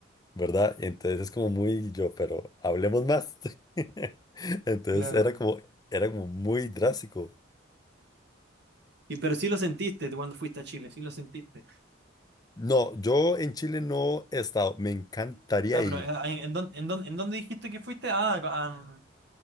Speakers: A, on the left (about 20°); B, on the right (about 55°).
A: ¿verdad? Entonces es como muy yo, pero hablemos más. <laughs> Entonces
B: Claro,
A: era como, era como muy drástico.
B: Y, pero sí lo sentiste tú cuando fuiste a Chile, sí lo sentiste.
A: No, yo en Chile no he estado. Me encantaría
B: Ah,
A: ir
B: pero eh, ¿en, en, dónde, en, dónde, en dónde dijiste que fuiste? Ah, a-